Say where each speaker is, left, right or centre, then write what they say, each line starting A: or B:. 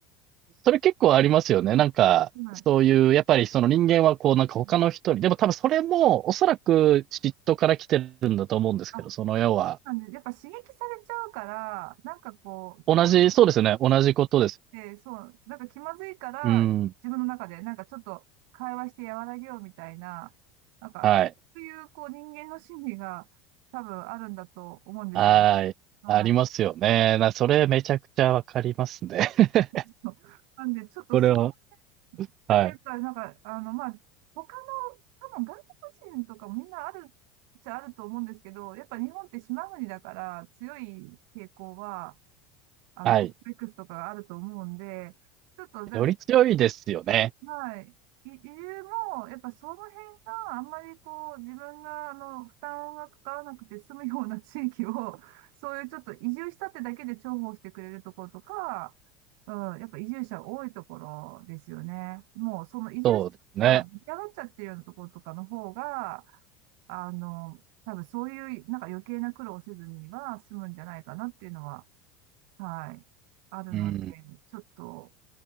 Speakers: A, on the right; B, on the right.
A: それ結構ありますよね。
B: <laughs>
A: なんか、
B: はい
A: そういう、やっぱりその人間はこうなんか他の人に、
B: うん。
A: でも多分それもおそらく嫉妬から来てるんだと思うんですけど、
B: あ、そう
A: その要は、
B: なんで、やっぱ刺激されちゃうから、なんかこう、気ま、
A: 同じ、
B: 自分っ
A: そうですよね。同じことですよね。
B: てそう、なんか気まずいから、
A: うん。
B: 自分の中で、なんかちょっと会話して和らげようみたいな、なんか、
A: はい。
B: そういう、こう、人間の心理が多分あるんだと思うんですよね。
A: はい。
B: はい。
A: ありますよね。な、それめちゃくちゃわかりますね。<laughs>
B: そうなんで、ちょっとその、
A: これは。はい。
B: なんかやっぱ、なんか、あの、まあ、他の、多分外国人とかもみんなあるっちゃあると思うんですけど、やっぱ日本って島国だから強い傾向は、あの、
A: はい。
B: コンプレックスとかがあると思うんで、ちょっと、だから
A: より強いですよね。
B: はい。い、理由も、やっぱその辺があんまりこう自分があの負担がかからなくて済むような地域を、<laughs> そういうちょっと移住したってだけで重宝してくれるところとか、うん、やっぱ移住者多いところですよね。もうその移住者が出がっちゃってるようなところとかの方が、
A: そうですね。
B: あの、多分そういうなんか余計な苦労をせずには済むんじゃないかなっていうのは、はい、あるので、
A: うん。
B: ちょっと